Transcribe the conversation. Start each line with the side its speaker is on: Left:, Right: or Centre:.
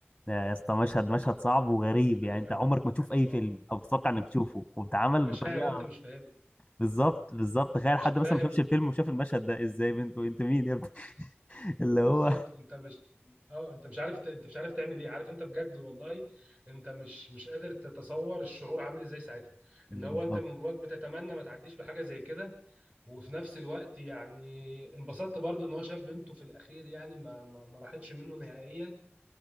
Left: يا اسطى مشهد مشهد صعب وغريب يعني
Right: ده
Left: انت
Right: كان
Left: عمرك ما تشوف
Right: كان-
Left: اي
Right: اه
Left: فيلم او تتوقع انك تشوفه وبتعمل
Right: مشاعر
Left: بطريقه
Right: انت مش فاهم
Left: بالظبط بالظبط تخيل
Right: مش
Left: حد
Right: فاهم
Left: مثلا ما شافش الفيلم وشاف المشهد ده ازاي بنت وانت مين يا ابني <laughs> اللي هو
Right: بالظبط انت مش اه انت مش عارف ت... انت مش عارف تعمل ايه عارف انت بجد والله انت مش مش قادر تتصور الشعور عامل ازاي ساعتها
Left: بالظبط
Right: اللي هو انت من جواك بتتمنى ما تعديش بحاجه زي كده وفي نفس الوقت يعني انبسطت برضو ان هو شاف بنته في الاخير يعني ما ما, ما راحتش منه نهائيا